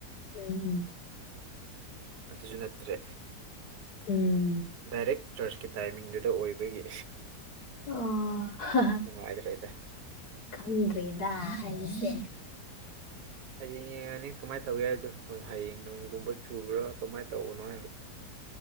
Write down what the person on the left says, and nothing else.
ꯍꯝ ꯍꯝ
ꯎꯝ
ꯑꯣ
ꯈꯪꯗꯔꯦꯗ ꯑꯩꯖꯦ